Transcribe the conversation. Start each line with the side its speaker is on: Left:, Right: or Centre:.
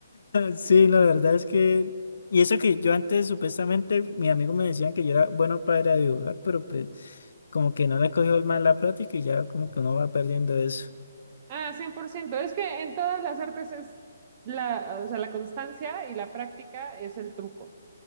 Left: Sí, la verdad es que... Y eso que yo antes supuestamente, mis amigos me decían que yo era bueno para dibujar, pero pues como que no le cogió el mal la práctica y ya como que uno va perdiendo eso.
Right: Ah, cien por ciento Es que en todas las artes es la, o sea, la constancia y la práctica es el truco.